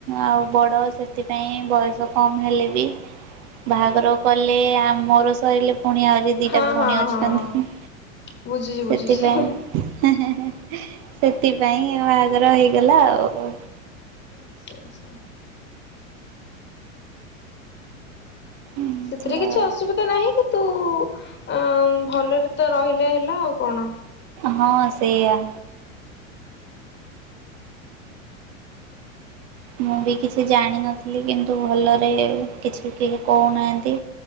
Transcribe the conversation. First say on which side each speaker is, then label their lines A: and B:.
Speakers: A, on the right; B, on the left.
A: ଆଉ ବଡ଼ ସେଥିପାଇଁ ବୟସ କମ୍ ହେଲେ ବି ବାହାଘର କଲେ, ଆ ମୋର ସଇଲେ ପୁଣି ଆହୁରି ଦିଟା
B: ହଁ
A: ଭଉଣୀ
B: ହଁ
A: ଅଛନ୍ତି,
B: ହଁ ବୁଝୁଛି
A: ସେଥିପାଇଁ
B: ବୁଝୁଛି। ଆଚ୍ଛା
A: ହେଁ ହେଁ ସେଥିପାଇଁ ବାହାଘର ହେଇଗଲା ଆଉ।
B: ଆଚ୍ଛା ଆଚ୍ଛା।
A: ଏମିତି
B: ସେଥିରେ କିଛି
A: ଆଉ
B: ଅସୁବିଧା ନାହିଁ କିନ୍ତୁ ଅ ଭଲରେ ତ ରହିଲେ ହେଲା ଆଉ କଣ? ହଁ।
A: ହଁ ସେଇଆ ମୁଁ ବି କିଛି ଜାଣିନଥିଲି କିନ୍ତୁ ଭଲରେ କିଛି କେହି କହୁନାହାଁନ୍ତି